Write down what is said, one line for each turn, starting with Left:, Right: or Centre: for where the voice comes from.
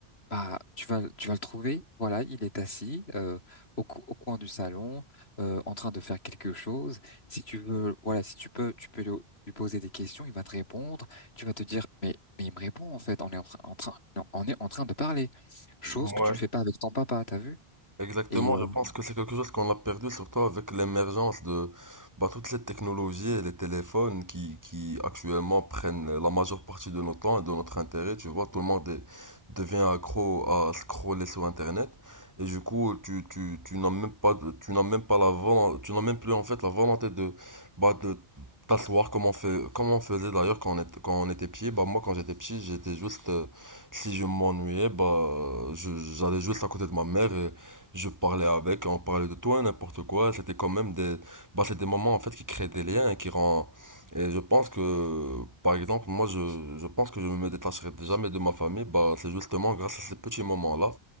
Left: bah, tu vas, tu vas le trouver. Voilà, il est assis euh, au, co- au coin du salon, euh, en train de faire quelque chose. Si tu veux, voilà, si tu peux, tu peux le- lui poser des questions. Il va te répondre. Tu vas te dire, mais, mais il me répond en fait. On est en train, en train- non, on est en train de parler. Chose
Right: Ouais.
Left: que tu ne fais pas avec ton papa, t'as vu?
Right: Exactement,
Left: Et euh,
Right: je pense que c'est quelque chose qu'on a perdu, surtout avec l'émergence de bah, toutes ces technologies et les téléphones qui, qui actuellement prennent la majeure partie de notre temps et de notre intérêt. Tu vois, tout le monde est- devient accro à scroller sur Internet. Et du coup, tu, tu, tu n'as même pas, de- tu n'as même pas la volonté, tu n'as même plus en fait la volonté de, bah, de t'asseoir comme on fait, comme on faisait d'ailleurs quand on était, quand on était petit. Bah, moi, quand j'étais petit, j'étais juste, euh, si je m'ennuyais, bah, je- j'allais juste à côté de ma mère et je parlais avec, on parlait de toi, n'importe quoi. C'était quand même des, bah, c'est des moments en fait qui créent des liens et qui rend. Et je pense que, par exemple, moi, je, je pense que je me détacherai jamais de ma famille. Bah, c'est justement grâce à ces petits moments-là